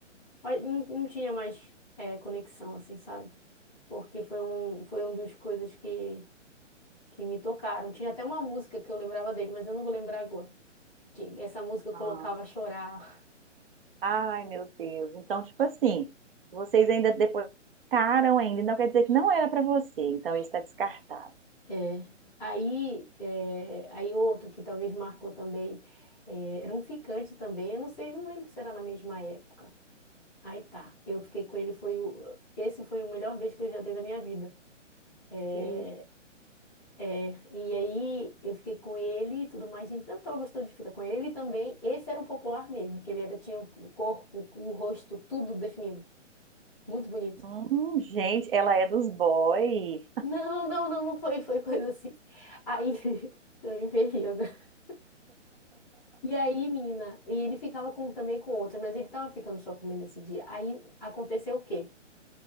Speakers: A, in the centre; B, on the right (about 45°).
A: mas não, não tinha mais é, conexão assim, sabe? porque foi um, foi um dos coisas que, que me tocaram. Tinha até uma música que eu lembrava dele, mas eu não vou lembrar agora. Tinha- Essa música eu
B: Ah.
A: colocava a chorar. <laughs>
B: Ai, meu Deus. Então, tipo assim, vocês ainda depois ficaram ainda, então quer dizer que não era pra você. Então, isso está descartado.
A: É. Aí, é, aí outro que talvez marcou também, é, era um ficante também, eu não sei, não lembro se era na mesma época. Aí tá, eu fiquei com ele, foi o, esse foi o melhor beijo que eu já dei na minha vida. É,
B: E-
A: É, e aí eu fiquei com ele e tudo mais, gente, tanto ela gostou de ficar com ele, ele também, esse era um popular mesmo, que ele era, tinha o corpo, o rosto, tudo definido, muito bonito.
B: Hum, gente, ela é dos boy.
A: Não, não, não, não foi, foi coisa assim. Aí, <laughs> eu me agora. E aí, menina, e ele ficava com, também com outra, mas ele tava ficando só comigo nesse dia. Aí, aconteceu o quê?